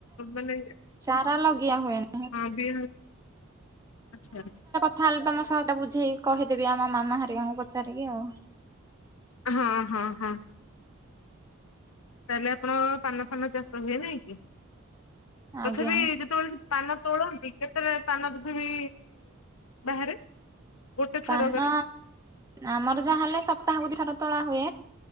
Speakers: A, on the left; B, on the right.
A: ମାନେ
B: ଚାରା ଲଗିଆ ହୁଏନି
A: ହଁ ବିହ, ଆଚ୍ଛା।
B: ତାହେଲେ ତୋମ ସହ ସେଟା ବୁଝେଇ କହିଦେବି ଆମ ମାମା ହେରିକାଙ୍କୁ ପଚାରିକି ଆଉ।
A: ହଁ, ହଁ, ହଁ। ତାହେଲେ ଆପଣଙ ପାନ ଫାନ ଚାଷ ହୁଏ ନାଇଁ କି?
B: ଆଜ୍ଞା
A: ତଥାପି ଯେତେବେଳେ ସେ ପାନ ତୋଳନ୍ତି କେତେ ଯେ ପାନ ତଥାବି ବାହାରେ? ଗୋଟେ ଥରକରେ
B: ପାନ ଆମର ଯାହା ହେଲେ ସପ୍ତାହ କୁ ଦି ଥର ତୋଳା ହୁଏ।